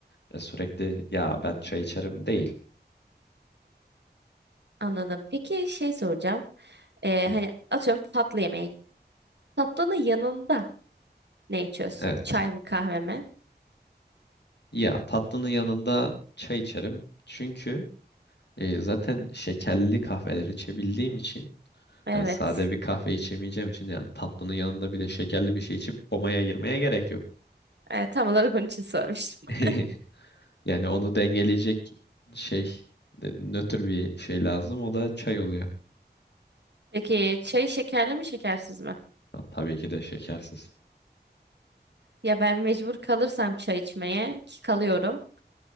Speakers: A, on the left; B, on the right.
A: E, sürekli ya ben çay içerim değil.
B: anladım. Peki şey soracağım. Ee,
A: Hı,
B: hani atıyorum tatlı yemeğe gittin. Tatlının yanında Ne içiyorsun?
A: evet.
B: Çay mı kahve mi?
A: Ya tatlının yanında çay içerim. Çünkü E, zaten şekerli kahveler içebildiğim için
B: Evet.
A: hani sade bir kahve içemeyeceğim için yani tatlının yanında bir de şekerli bir şey içip komaya girmeye gerek yok.
B: E, tam olarak onun için sormuştum.
A: <laughs> Yani onu dengeleyecek şey e, nötr bir şey lazım. O da çay oluyor.
B: <laughs> Peki çay şekerli mi şekersiz mi?
A: Ha, Tabii ki de şekersiz.
B: Ya ben mecbur kalırsam çay içmeye ki kalıyorum.